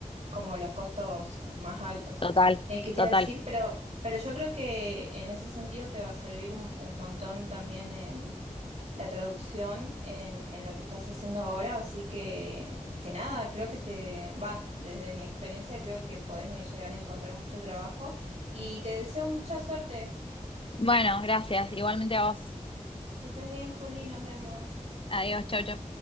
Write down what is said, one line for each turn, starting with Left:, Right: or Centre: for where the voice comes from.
Right: como los costos más altos.
Left: Total,
Right: Eh, ¿qué te
Left: total.
Right: iba a decir? Pero, pero yo creo que en ese sentido te va a servir un, un montón también en la traducción, en, en lo que estás haciendo ahora, así que, que nada, creo que te va, desde mi experiencia creo que podés eh, llegar a encontrar mucho trabajo y te deseo mucha suerte.
Left: Bueno, gracias. Igualmente a vos.
Right: Que estés bien, Juli, nos vemos.
Left: Adiós, chau, chau.